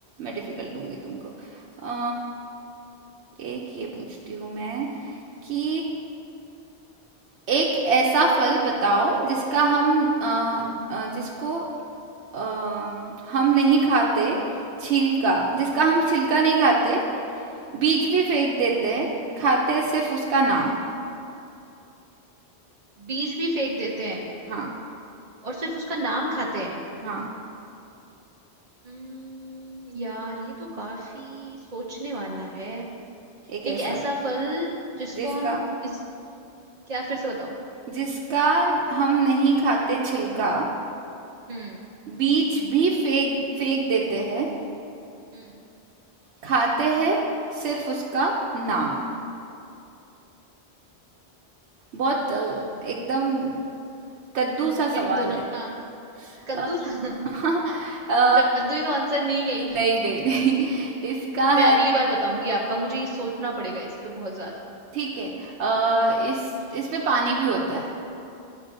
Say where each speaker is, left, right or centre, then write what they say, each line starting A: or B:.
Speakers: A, on the right; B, on the right.
A: मैं डिफिकल्ट
B: हम्म,
A: दूंगी तुमको अ, एक ये पूछती हूँ मैं कि एक ऐसा फल बताओ जिसका हम अ, अ, जिसको अ, हम नहीं खाते छिलका जिसका हम छिलका नहीं खाते बीज भी फेंक देते हैं खाते हैं सिर्फ उसका नाम
B: बीज भी फेंक देते हैं
A: हाँ
B: और सिर्फ उसका नाम खाते हैं
A: हाँ
B: हम्म, यार ये तो काफी सोचने वाला है
A: एक
B: एक
A: ऐसा
B: ऐसा
A: फल
B: फल जिसको
A: जिसका
B: हम इस क्या फिर से बताओ
A: जिसका हम नहीं खाते छिलका
B: हम्म
A: बीज भी फेंक फेंक देते हैं
B: हम्म
A: खाते हैं सिर्फ उसका नाम बहुत
B: हम्म
A: अ, एकदम कद्दू सा सवाल
B: हिंट दो
A: है
B: ना कद्दू
A: अ, <laughs>
B: था <laughs>
A: अ,
B: कद्दू ही तो आंसर नहीं गई
A: नहीं नहीं
B: <laughs>
A: नहीं <laughs> इसका
B: मैं
A: है
B: अगली बार बताऊंगी आपका मुझे ये सोचना पड़ेगा इस पे बहुत ज्यादा
A: ठीक है
B: <laughs>
A: अ, इस इसमें पानी भी होता है